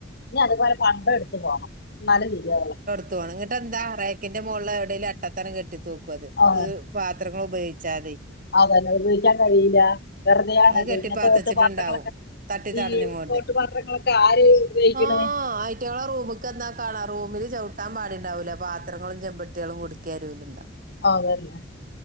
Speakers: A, on the left (about 55°); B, on the right (about 45°).
A: ഇനി അതുപോലെ പണ്ടം എടുത്ത് പോണം എന്നാലെ ശരിയാകൊള്ളൂ.
B: തെണങ്ങിയിട്ടെന്താ റേക്കിന്റെ മുകള എവിടേലും അട്ടത്തങ്ങട്ട് കെട്ടി തൂക്കും അത്.
A: ആഹ്
B: പാത്രങ്ങ ഉപയോഗിച്ചാതെ
A: അതന്നെ ഉപയോഗിക്കാൻ കഴിയില്ല വെറുതെയാണത്
B: അത് കെട്ടി.
A: ഇങ്ങനത്തെ
B: പാത്തെച്ചിട്ടുണ്ടാവും
A: ഓട്ടുപാത്രങ്ങളൊക്കെ
B: തട്ടി തടഞ്ഞു
A: ഈ
B: കൊണ്ട്
A: ഓട്ടുപാത്രങ്ങളൊക്കെ ആര് ഉപയോഗിക്കണ്
B: ആഹ് കുട്ടോളെ റുമ്ക്ക് ചെന്നാ. കാണാം റൂമില് ചവിട്ടാ പാടിണ്ടാവൂല്ല പാത്രങ്ങളും ചെമ്പട്ടികളും കുടിക്കിം അരുലുണ്ടാവും.
A: ആ അതന്നെ